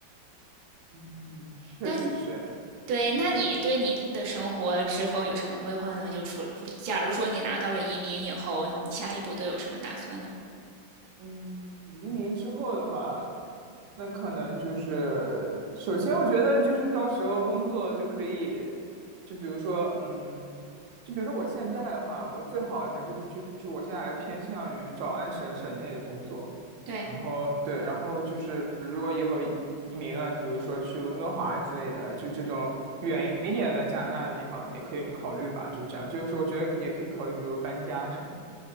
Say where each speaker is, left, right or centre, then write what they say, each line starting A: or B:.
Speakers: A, on the right; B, on the right.
A: 嗯嗯，确实是。
B: 那你对，那你对你的生活之后有什么规划呢？就除了，假如说你拿到了移民以后，你下一步都有什么打算呢？
A: 嗯，移民之后的话，那可能就是，首先我觉得就是到时候工作就可以，就比如说，嗯。就比如说我现在的话，我最好还是就是我现在还是偏向于找安省省内的工作，
B: 对，
A: 然后对，然后就是如果以后移民了，比如说去温哥华之类的，就这种远一点的加拿大的地方也可以考虑吧，就这样，就是我觉得也可以考虑，比如搬家什么的。